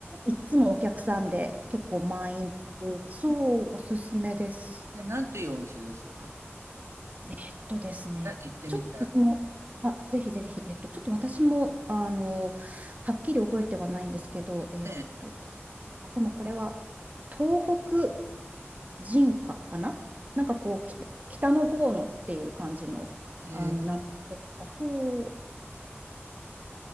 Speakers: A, on the right (about 35°); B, on the right (about 80°).
A: いっつもお客さんで結構満員そう、おすすめです。
B: ええ、なんていうお店ですか
A: えっとですね、
B: あ、行ってみたい。
A: ちょっと私も、あ、ぜひぜひ、えっと、ちょっと私も、あの、はっきり覚えてはないんですけど、えっと、
B: ええ、
A: であでもこれは、東北人歌かななんかこう、き北の方のっていう感じの、
B: へえ、
A: あの、名前でした。そう、